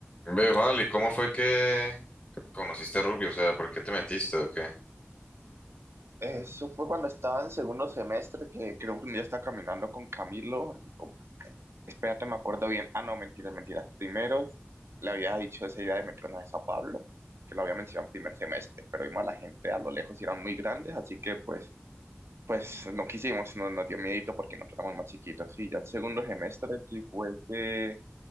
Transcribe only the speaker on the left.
Ve, Juan, ¿y cómo fue que conociste a Rugby? O sea, ¿por qué te metiste o qué?